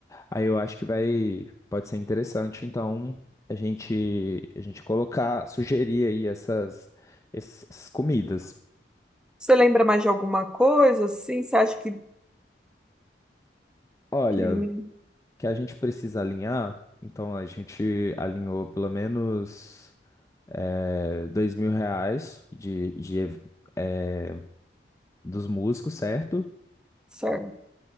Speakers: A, on the left (about 15°); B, in the centre.
A: Aí eu acho que vai, pode ser interessante, então, a gente, a gente colocar, sugerir aí essas, essas comidas.
B: você lembra mais de alguma coisa, assim, você acha que,
A: Olha,
B: que
A: que a gente precisa alinhar, então a gente alinhou pelo menos é, dois mil reais de, de ev- é, dos músicos, certo?
B: certo.